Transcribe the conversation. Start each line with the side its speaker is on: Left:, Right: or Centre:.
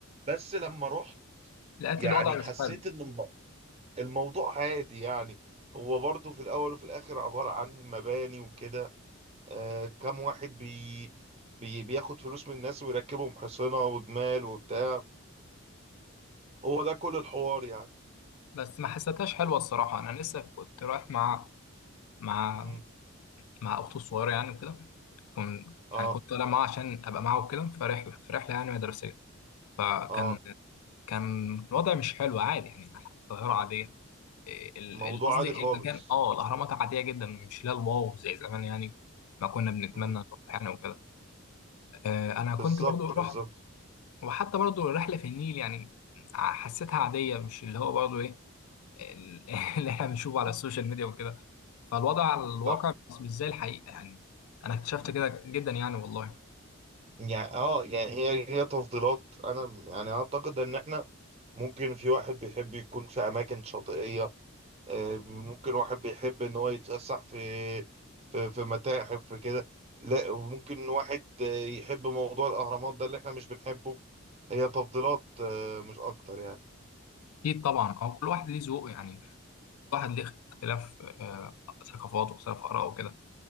Right: بس لما رحت
Left: لقيت
Right: يعني
Left: الوضع
Right: حسيت
Left: مش حلو
Right: إن الموضوع عادي يعني هو برضه في الأول وفي الآخر عبارة عن مباني وكده آه كم واحد بي بي بياخد فلوس من الناس ويركبهم حصنة وجمال وبتاع هو ده كل الحوار يعني
Left: بس ما حسيتهاش حلوه الصراحه انا لسه كنت رايح مع مع
Right: مم.
Left: مع اخته الصغيره يعني وكده كنت
Right: اه
Left: يعني كنت طالع معاها عشان ابقى معاها وكده في رحله في رحله يعني مدرسيه فكان
Right: اه
Left: كان الوضع مش حلو عادي يعني القاهرة عادية إيه، ال-
Right: موضوع
Left: ال- قصدي
Right: عادي خالص
Left: المكان اه الأهرامات عادية جدا مش لا الواو زي زمان يعني ما كنا بنتمنى
Right: مم.
Left: نروح يعني وكده آه، أنا
Right: بالظبط
Left: كنت برضو رحت
Right: بالظبط
Left: وحتى برضو الرحلة في النيل يعني ع- حسيتها عادية مش اللي هو برضو إيه ال- <laughs> اللي إحنا بنشوفه على السوشيال ميديا وكده فالوضع على الواقع
Right: صح
Left: مش مش زي الحقيقة يعني أنا اكتشفت كده جدا يعني والله
Right: يعني اه يعني هي هي تفضيلات انا يعني اعتقد ان احنا ممكن في واحد بيحب يكون في اماكن شاطئية آه، ممكن واحد بيحب ان هو يتفسح في في في متاحف في كده لا وممكن واحد آه، يحب موضوع الاهرامات ده اللي احنا مش بنحبه هي تفضيلات آه، مش اكتر يعني
Left: أكيد طبعا أو كل واحد ليه ذوق يعني كل واحد ليه اختلاف آه، ثقافات واختلاف آراء وكده